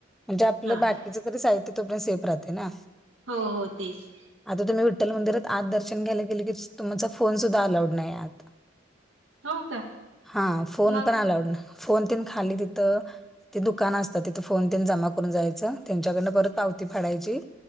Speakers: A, in the centre; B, on the right (about 80°).
A: म्हणजे आपलं
B: हा
A: बाकीच
B: हा
A: तरी साहित्य तोपर्यंत सेफ राहत ना.
B: हो हो तेच.
A: आता तुम्ही विठ्ठल मंदिरात आत दर्शन घ्यायला गेले की, तुमचा फोन सुद्धा अलाउड नाहीये आत.
B: हो का
A: हा फोन
B: मग
A: पण अलाउड ना फोन तेन खाली तिथं ते दुकान असतात तिथ फोन ते न जमा करून जायचं, त्यांच्याकडंन परत पावती फाडायची.